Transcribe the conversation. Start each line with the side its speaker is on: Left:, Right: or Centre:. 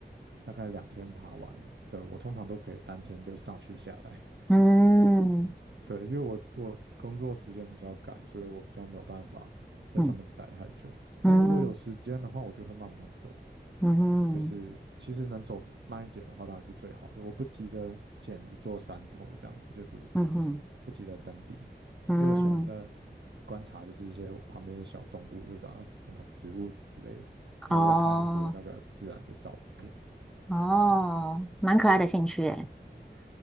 Right: 大概两天爬完的，我通常都可以当天就上去下来。
Centre: 嗯
Right: 对，因为我我工作时间比较赶，所以我比较没有办法在上面待太久。
Centre: 嗯
Right: 但如果有时间的话，
Centre: 嗯
Right: 我就会慢慢走。
Centre: 嗯嗯
Right: 就是其实能走慢一点的话，当然是最好的。我不急着捡一座山头这样子，就是
Centre: 嗯嗯
Right: 不急着登顶，因
Centre: 嗯
Right: 为我喜欢在观察，就是一些旁边的小动物，对吧？<laughs> 什么植物之类的。然后我会拍很多那个自然的照片。
Centre: 哦哦，
Right: 对，
Centre: 蛮可爱的兴趣诶。